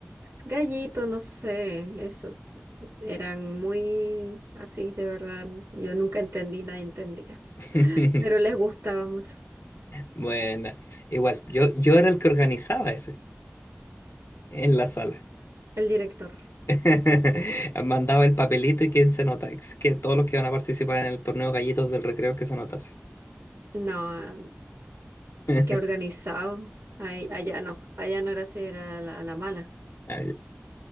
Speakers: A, on the right (about 90°); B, on the left (about 70°).
A: Gallito, no sé, eso. Eran muy así, de verdad. Yo nunca entendí, nadie entendía.
B: <laughs>
A: Pero les gustaba mucho.
B: Bueno, igual, yo, yo era el que organizaba ese en la sala.
A: El director,
B: <laughs> Mandaba el papelito y quién se nota, es que todos los que van a participar en el torneo Gallitos del Recreo que se notase.
A: no,
B: <laughs>
A: que organizado. Ahí- allá no, allá no era así, era la, la mala.
B: Ah,